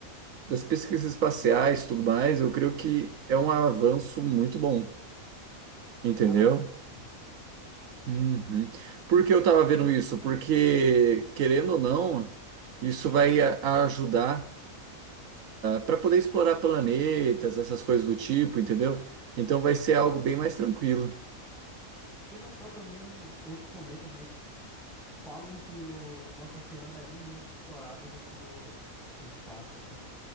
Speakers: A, on the right; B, in the centre.
A: das pesquisas espaciais e tudo mais, eu creio que é um avanço muito bom, entendeu?
B: Cara, sim, sim.
A: Uhum. Por que eu estava vendo isso? Porque, querendo ou não, isso vai a- ajudar para poder explorar planetas, essas coisas do tipo, entendeu? Então vai ser algo bem mais tranquilo.
B: Acho que não só também o- outros planetas, né? Que tipo, f- falam que o nosso oceano é bem menos explorado do que o, o espaço, né?